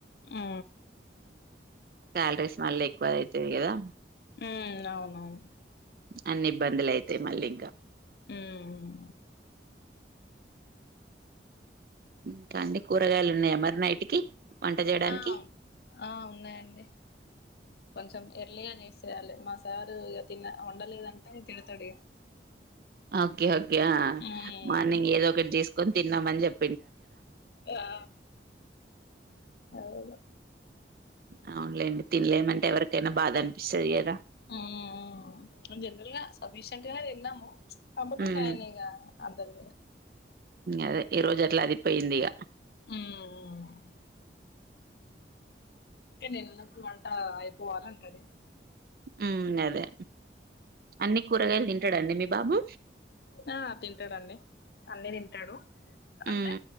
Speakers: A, on the left; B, on the right.
A: ఆ
B: సాలరీస్ మళ్ళీ ఎక్కువ అయితే కదా
A: ఉ అవునవును
B: అన్ని ఇబ్బందులు అయితాయి మళ్ళీ ఇంకా
A: హ్మ్
B: ఇకాండి కూరగాయలు ఉన్నాయా మరి నైట్ కి వంట చేయడానికి
A: ఆ ఆ ఉన్నాయండి కొంచెం ఎర్లీగా చేసి యాలి మా సారు ఇక తి వండలేదంటే తిడతాడు ఇగా
B: ఓకే ఓకే ఆ
A: ఉమ్
B: మార్నింగ్ ఏదో ఒకటి చేసుకొని తిన్నామని చెప్ప
A: ఆ అవును
B: అవునులేండి తినలేమంటే ఎవరికైనా బాధ అనిపిస్తుంది కదా
A: మ్మ్ జనరల్ గా సఫిషియంట్ గానే తిన్నాము కాబట్
B: మ్మ్
A: నయనే అదల్
B: అదే ఈ రోజు అట్లా అది పోయింది ఇగా
A: ఉమ్ అే నేనున్నప్పుడు వంట అయిపోవాలంటడు
B: ఉ అదే అన్నిీ కూరగాయలు తింటాడంండి మీ బాబు
A: ఆ తింటాడంండి అన్ని తింటాడు అంటే
B: ఉమ్